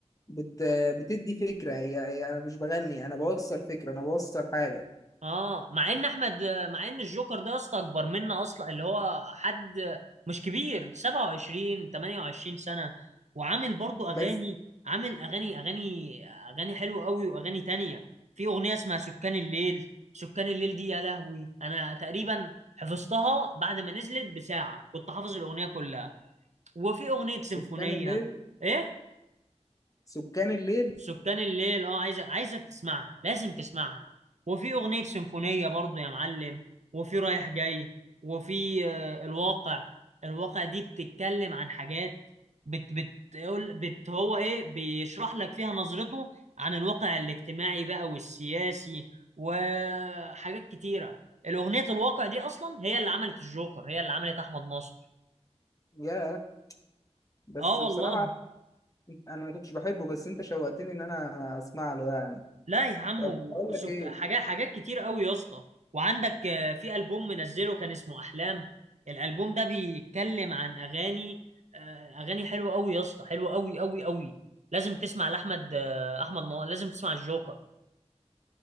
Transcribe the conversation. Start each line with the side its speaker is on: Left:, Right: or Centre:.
Left: بت بتدي فكره هي, هي انا مش بغني انا بوصل فكره انا بوصل حاجه
Right: اه مع ان احمد مع ان الجوكر ده يا اسطى اكبر منا اصلا اللي هو حد مش كبير 27 28 سنه وعامل برضو اغاني
Left: بس
Right: عامل اغاني اغاني اغاني حلوه قوي واغاني تانية في اغنيه اسمها سكان الليل سكان الليل دي يا لهوي انا تقريبا حفظتها بعد ما نزلت بساعه كنت حافظ الاغنيه كلها وفي اغنيه سيمفونيه
Left: سكان الليل
Right: ايه
Left: سكان الليل
Right: سكان الليل اه عايزه عايزه تسمعها لازم تسمعها وفي اغنيه سيمفونيه برضو يا معلم وفي رايح جاي وفي آه، الواقع الواقع دي بتتكلم عن حاجات بت بتقول بت هو ايه بيشرح لك فيها نظرته عن الواقع الاجتماعي بقى والسياسي وحاجات كتيره الاغنيه الواقع دي اصلا هي اللي عملت الجوكر هي اللي عملت احمد ناصر
Left: يا بس
Right: اه والله
Left: بصراحه انا ما كنتش بحبه بس انت شوقتني ان انا اسمع له يعني
Right: لا يا عم
Left: طب
Right: وسك...
Left: اقول لك ايه
Right: حاجات حاجات كتير قوي يا اسطى وعندك آه، في ألبوم منزله كان اسمه أحلام الألبوم ده بيتكلم عن أغاني آه، أغاني حلوة قوي يا اسطى حلوة قوي قوي قوي لازم تسمع لأحمد آه، أحمد نا- لازم تسمع الجوكر